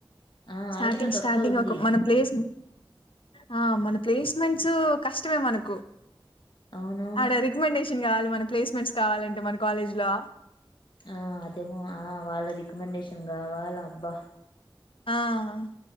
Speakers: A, on the left; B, on the left.
A: ఆ
B: స్టార్టింగ్
A: ఆల్రెడీ ఒక
B: స్టార్టింగ్
A: అక్క ఉంది
B: ఒక మన ప్లేస్ ఆ మన ప్లేస్మెంట్స్ కష్టమే మనకు
A: అవునవును
B: అడ రికమెండేషన్ కావాలి మన ప్లేస్మెంట్స్ కావాలంటే మన కాలేజ్ లో
A: ఆ అదేమో ఆ వాళ్ళ రికమెండేషన్ రావాల అబ్బా
B: ఆ